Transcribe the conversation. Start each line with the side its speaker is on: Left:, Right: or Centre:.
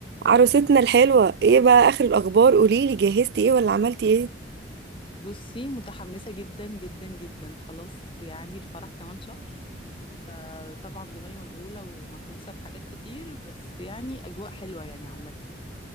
Right: عروستنا الحلوة ايه بقى اخر الاخبار قوليلي جهزتي ايه ولا عملتي ايه
Left: بصي متحمسة جدا جدا جدا خلاص يعني الفرح كمان شهر فطبعا دماغي مشغولة ومهووسة بحاجات كتير بس يعني أجواء حلوة يعني عامة يعني